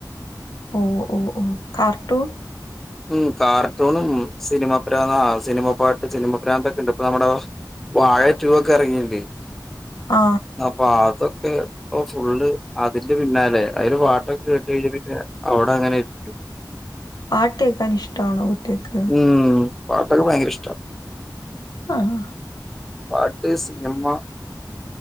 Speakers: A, on the left (about 65°); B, in the centre.
A: ഓഹ് ഓഹ് ഓഹ് കാർട്ടൂൺ
B: ഉം കാർട്ടൂണും സിനിമ പ്രാ ആഹ് സിനിമ പാട്ട് സിനിമ പ്രാന്തൊക്കെ ഇണ്ട് ഇപ്പൊ നമ്മടെ വാഴ റ്റൂ ഒക്കെ എറങ്ങീണ്ട്
A: ആ
B: അപ്പൊ അതൊക്കെ ഇപ്പോ ഫുള്ള് അതിന്റെ പിന്നാലെയാ അതില് പാട്ടൊക്കെ കേട്ട് കഴിഞ്ഞാ പിന്നെ അവിടെ അങ്ങനെയിരിക്കും
A: പാട്ട് കേക്കാൻ ഇഷ്ട്ടാണോ കുട്ടിയേക്ക്
B: ഉം പാട്ടൊക്കെ ഭയങ്കര ഇഷ്ട്ടാ
A: ആഹ് ആഹ്
B: പാട്ട് സിനിമ